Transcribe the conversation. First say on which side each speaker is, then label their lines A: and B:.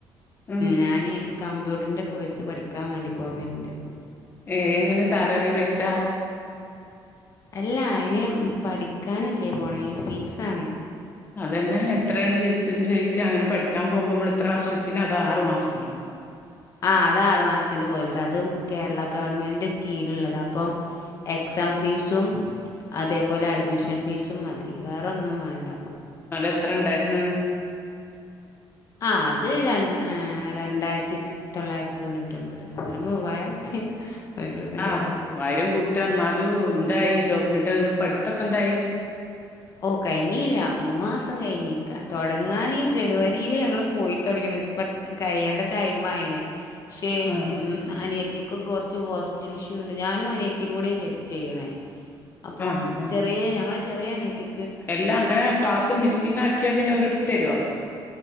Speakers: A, on the left; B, on the left.
A: ഉം
B: ഞാന് കമ്പ്യൂട്ടറിൻ്റെ കോഴ്സ് പഠിക്കാൻ വേണ്ടി പോവലുണ്ട്
A: ഏയ് എങ്ങനെ സാലറി പൈസ
B: അല്ല അതിന് പഠിക്കാനല്ലേ പോണേ ഫീസാണ്
A: അതന്നെ എത്രയാണ് ഫീസ് ന്ചോദിക്ക അങ്ങനെ പഠിക്കാൻ പോകുമ്പോ നമ്മൾ എത്ര വർഷത്തിനോ അതോ ആറു മാസത്തിനോ
B: ആഹ് അത് ആറു മാസത്തിന്റെ കോഴ്സ് അതും കേരള ഗവൺമെന്റ് കീഴുള്ളതാ അപ്പം എക്സാം ഫീസും അതേപോലെ അഡ്മിഷൻ ഫീസും മതി വേറൊന്നും വേണ്ട
A: അല എത്ര ഉണ്ടായിരുന്നു
B: ആഹ് അത് ര രണ്ടായിരത്തി തൊള്ളായിരത്തി തൊണ്ണൂറ്റി ഒമ്പത് ഒരു മൂവായിരം റുപ്യ ഒരു രൂപേൻ്റെ
A: ആഹ്
B: കുറവ്
A: ആയിരം കൂട്ടിന്നാലും എന്തായി ജോബിനിട്ട് പഠിത്തൊക്കെ എന്തായി
B: ഓ കഴിഞ്ഞില്ല മൂന്ന് മാസം കഴിഞ്ഞക്കാം തുടങ്ങാൻ ഈ ജനുവരിയിൽ ഞങ്ങൾ പോയി തുടങ്ങുന്നത് ഇപ്പ കഴയ്യേണ്ട ടൈം ആയിണ് പക്ഷേ
A: ആ
B: ഉ അനിയത്തിക്ക കുറച്ച് ഹോസ്പിറ്റൽ ഇഷ്യൂ ഉണ്ട് ഞാനും അനിയത്തിയും കൂടി ചെയ്യണേ അപ്പം
A: ആ ആ
B: ചെറിയ ഞങ്ങൾ ചെറിയനത്തി
A: എല്ലാം അങ്ങനെ ക്ലാസ് മിസ്സിങ് ആക്കിയാ പിന്നെ ഒരിടുത്ത് തരുവോ